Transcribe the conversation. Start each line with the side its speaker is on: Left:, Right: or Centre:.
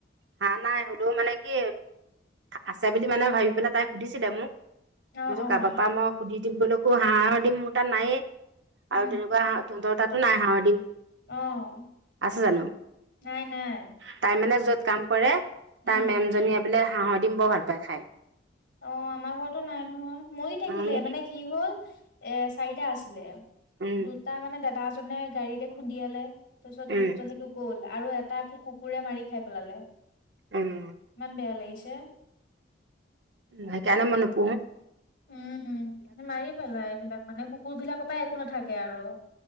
Right: হা নাই হলেও মানে কি আছে বুলি মানে ভাবি পেলাই তাই সুধিছিলে মোক
Left: অ',
Right: বুছো
Left: অ',
Right: কাৰোাৰ পৰা পৰা মই সুধি দিম বুলিলৈকো হাঁহ দিম মোৰ তাত নায়য়ে
Left: উম,
Right: আৰু তেনেকুৱা হ ধতাতো নাই হহদি
Left: অ',
Right: আছে জানো
Left: নাই নাই,
Right: তাই মানে য'ত কাম কৰে
Left: উম,
Right: তাৰ মেমজনীয়ে বোলে হাঁহৰ দিম বৰ ভাল পায় খায়
Left: অ' আমাৰ ঘো নাই নহয় মৰি থাকিলে
Right: মোক
Left: মানে কি হল এ এ আছিলে
Right: উম
Left: দুটা মানে দাদ এাজনে গাড়ীতে খুন্দিয়ালে তাৰপিছত সেইটোতো
Right: উম
Left: সেইটো গ'ল আৰু এটাো কুকুৰে মাৰি খাই পেলালে
Right: উম
Left: মন বয়া লেইছে
Right: ন কেনে মান প
Left: উম মাৰি পেলা এইবিলাক মানে কুকুৰবলাকৰ পৰা একো নাথাকে আৰু